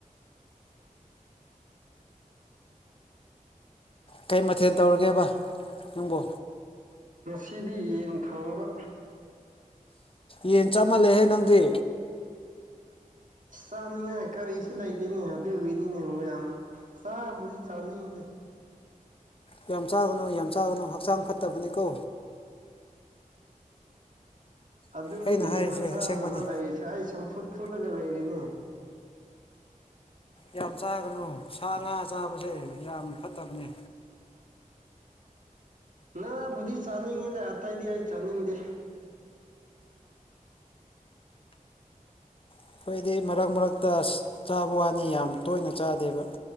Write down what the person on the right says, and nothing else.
ꯉꯁꯤꯗꯤ ꯌꯦꯟ ꯊꯥꯡꯕ
ꯆꯥꯅꯤꯡꯉꯥꯏ ꯀꯔꯤꯁꯨ ꯂꯩꯇꯦꯅꯦ ꯑꯗꯨꯒꯤꯅꯤꯅꯦ ꯍ ꯌꯥꯝ ꯆꯥꯕꯨꯗꯤ ꯆꯥꯅꯤꯡꯗꯦ
ꯑꯗꯨꯒꯤꯅꯤ
ꯃꯆꯥꯥꯗꯕ
ꯂꯩꯔꯤꯁꯦ ꯑꯩ ꯁꯝꯐꯨꯠ ꯐꯨꯠꯂꯒ ꯂꯩꯔꯤꯅꯦ
ꯅꯕꯨꯙꯤ ꯆꯥꯅꯤꯡꯉꯦꯅꯦ ꯑꯇꯩꯏꯗꯤ ꯑꯩ ꯆꯥꯅꯤꯡꯗꯦ